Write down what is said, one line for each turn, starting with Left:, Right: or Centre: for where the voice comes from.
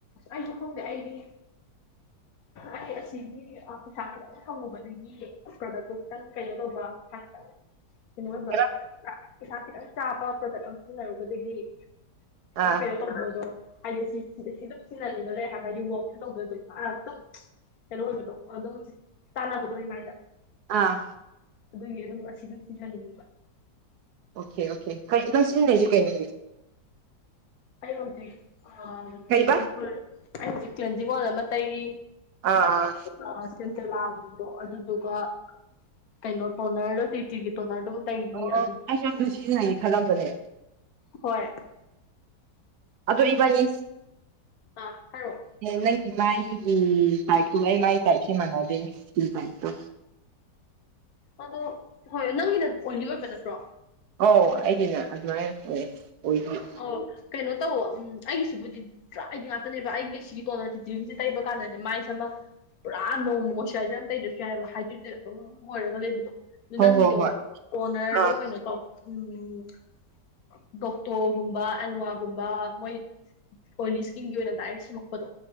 Left: ꯑꯩꯁꯨ ꯈꯪꯗꯦ ꯑꯩꯗꯤ
Right: <inaudible>
Left: ꯑꯩ ꯑꯁꯤꯒꯤ ꯄꯩꯁꯥ ꯈꯤꯇꯪ ꯐꯪꯉꯨꯕꯗꯒꯤ ꯄ꯭ꯔꯣꯗꯛꯇꯣ ꯈꯤꯇꯪ ꯀꯩꯅꯣ ꯇꯧꯕ꯭ꯔꯥ ꯄꯩꯁꯥ ꯈꯤꯇꯪ
Right: <inaudible>
Left: ꯀꯩꯅꯣ ꯑꯣꯏꯕ
Right: ꯍꯥꯏꯕ
Left: ꯈꯤꯇꯪ ꯄꯩꯁꯥ ꯈꯤꯇꯪ ꯆꯥꯕ ꯄ꯭ꯔꯗꯛ ꯑꯃ ꯁꯤꯖꯤꯟꯅꯔꯨꯕꯗꯒꯤ ꯈꯤꯇꯪ
Right: ꯑꯥ
Left: ꯀꯩꯔ ꯇꯧꯕꯗꯣ ꯍꯥꯏꯗꯤ ꯁꯤ ꯑꯗꯨꯝ ꯁꯤꯟꯅꯅꯤꯡꯉ ꯂꯩ ꯍꯥꯏꯕ ꯍꯥꯏꯗꯤ ꯋꯥꯛꯁꯨ ꯇꯧꯕꯗ ꯑꯗꯨꯝ ꯑ ꯀꯩꯅꯣ ꯑꯣꯏꯕꯗꯣ ꯑꯗꯨꯝ ꯇꯥꯟꯅꯕꯗꯣ ꯑꯩꯃꯥꯏꯗ
Right: ꯑꯥ
Left: ꯑꯗꯨꯒꯤ ꯑꯗꯨꯝ ꯑꯁꯤꯁꯨ ꯁꯤꯍꯟꯅꯤꯡꯉꯦꯕ
Right: ꯑꯣꯀꯦ ꯑꯣꯀꯦ ꯀꯩꯅꯗꯁꯖ ꯀꯩꯅꯦ
Left: ꯑꯩ ꯍꯧꯖꯤꯛ
Right: ꯀꯩꯕ
Left: ꯇꯦꯟꯅꯤꯡ ꯄꯔꯣꯗꯨꯛ ꯑꯩ ꯍꯧꯖꯤꯛ ꯀ꯭ꯟꯖꯕꯣꯜ ꯑꯃ ꯇꯩꯔꯤ
Right: ꯑꯥ ꯑꯥ
Left: ꯑ ꯁꯤꯤꯟꯇ ꯂꯥꯕꯗꯣ ꯑꯗꯨꯗꯨꯒ ꯀꯩꯅꯣ ꯇꯣꯟꯅꯔ ꯇꯤ ꯇꯤꯒꯤ ꯇꯣꯟꯅꯔ ꯑꯗꯨꯝ ꯇꯩꯔꯤ
Right: ꯑꯣ
Left: ꯑꯗꯨ
Right: ꯑꯩꯁꯨ ꯑꯗꯨ ꯁꯤꯖꯤꯟꯅꯏ ꯈꯜꯂꯝꯕꯅꯦ
Left: ꯍꯣꯏ
Right: ꯑꯗꯣ ꯏꯕꯅꯤ
Left: ꯑ ꯍꯥꯏꯔꯣ
Right: ꯅꯪꯒꯤ ꯃꯥꯏꯒꯤ ꯇꯥꯏꯞꯇꯣ ꯑꯩ ꯃꯥꯏ ꯇꯥꯏꯞꯁꯦ ꯃꯥꯟꯅꯗꯦꯅꯦ ꯇꯥꯏꯇꯣ
Left: ꯑꯗꯣ ꯍꯣꯏ ꯅꯪꯒꯤꯅ ꯑꯣꯏꯂꯤ ꯑꯣꯏꯕ ꯅꯠꯇ꯭ꯔꯣ
Right: ꯑꯧ ꯑꯩꯗꯤꯅꯦ ꯑꯗꯨꯃꯥꯏꯅ ꯑꯣꯏ ꯑꯣꯏ
Left: ꯑꯣ ꯀꯩꯅꯣ ꯇꯧ ꯎꯝ ꯑꯩꯒꯤꯁꯤꯕꯨꯗꯤ ꯑꯩꯗꯤ ꯉꯥꯛꯇꯅꯦꯕ ꯑꯩꯒꯤ ꯁꯤꯒꯤ ꯇꯣꯂꯣ ꯇꯤꯇꯤꯔꯤꯁꯦ ꯇꯩꯕ ꯀꯥꯟꯗꯅꯦ ꯃꯥꯏꯁꯃ ꯄꯨꯔꯥ ꯅꯣꯡꯃ ꯃꯣꯏꯆꯔꯥꯏꯖꯔ ꯑꯃ ꯇꯩꯗꯁꯨ ꯌꯥꯏꯑꯕ ꯍꯥꯏ ꯑꯗꯨꯝ ꯑꯣꯏꯔꯒ ꯂꯩꯕꯗꯣ ꯑꯗꯨ
Right: ꯍꯣꯏ
Left: ꯅꯪꯒꯤꯗꯣ
Right: ꯍꯣꯏ ꯍꯣꯏ
Left: ꯑꯣꯅꯔꯗꯣ
Right: ꯑꯥ
Left: ꯀꯩꯅꯣ ꯇꯧ ꯎꯝ ꯇꯣꯒꯨꯝꯕ ꯑꯟꯋꯥꯒꯨꯝꯕ ꯃꯣꯏ ꯑꯣꯏꯂꯤ ꯏꯁꯀꯤꯟꯒꯤ ꯑꯣꯏꯅ ꯗꯥꯏꯔꯦꯛ ꯁꯨꯝꯃꯛꯄꯗꯣ